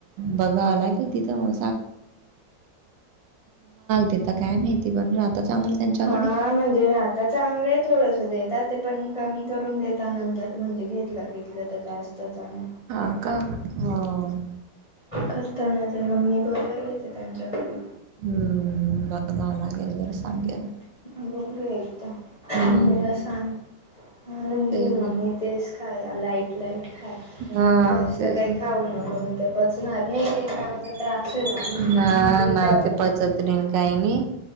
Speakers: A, on the right; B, on the left.
A: बघा ला <unintelligible> तिथ म तिथ काय माहिती बनवल आता चांगलं त्यांच्याकडे.
B: हा म्हणजे रहात आता चांगले थोडस देतात ते पण कमी करून देेत नंतर म्हणजे घेत बघितलं तर जास्त चांग
A: हां का? हां.
B: करताना ते मम्मी बरोबर घेते त्यांच्याकडे
A: हम्म बघावं लागेल बरं सांगेल
B: <unintelligible> मम्मीला
A: हम्म
B: सांग आणून देईल
A: ते
B: मम्मी तेच काय लाईट लाईट खा
A: हा
B: जास्त
A: तेच
B: काही
A: ना.
B: खाऊ नको मग ते पचणार नाही <unintelligible> त्रास <unintelligible>
A: हा
B: उलट्या
A: ना
B: होतील
A: ते पचतन काही नाही